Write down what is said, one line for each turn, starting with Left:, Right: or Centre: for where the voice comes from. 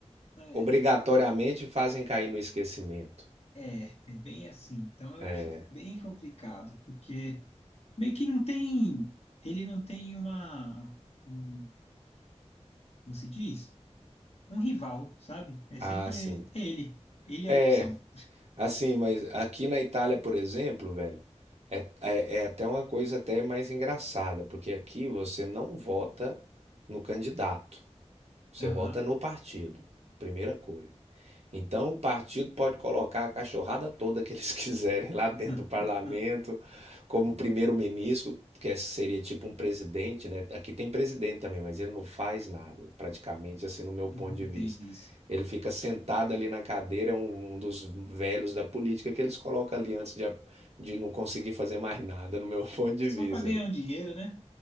Left: né?
Right: Obrigatoriamente fazem cair no esquecimento.
Left: É, é bem assim. Então eu
Right: É,
Left: acho bem complicado, porque. meio que não tem, ele não tem uma, um, como se diz? Um rival, sabe? É
Right: Ah,
Left: sempre
Right: sim.
Left: é ele. Ele é
Right: É,
Left: a opção.
Right: Assim, mas aqui na Itália, por exemplo, velho, é, é, é até uma coisa até mais engraçada, porque aqui você não vota no candidato. Você
Left: Aham.
Right: vota no partido, primeira coisa. Então, o partido pode colocar a cachorrada toda que eles <laughs> quiserem lá dentro
Left: <laughs>
Right: do parlamento, como primeiro-ministro, que é, seria tipo um presidente, né? Aqui tem presidente também, mas ele não faz nada, praticamente, assim, no meu ponto
Left: Eu não
Right: de
Left: entendo
Right: vista.
Left: isso.
Right: Ele fica sentado ali na cadeira, é um, um dos velhos da política que eles colocam ali antes de, a- de não conseguir fazer mais nada, no meu <laughs> ponto de
Left: Só
Right: vista.
Left: para ganhar um dinheiro, né?